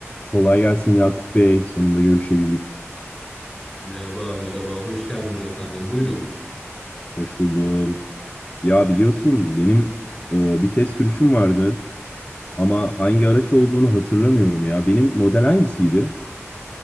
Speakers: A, on the left; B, in the centre.
A: Kolay gelsin Yakup Bey. Sonunda görüşebildik.
B: Merhaba, merhaba. Hoş geldiniz efendim. Buyurun.
A: Hoş buldum. Ya biliyorsun benim e, bir test sürüşüm vardı ama hangi araç olduğunu hatırlamıyorum ya. Benim model hangisiydi?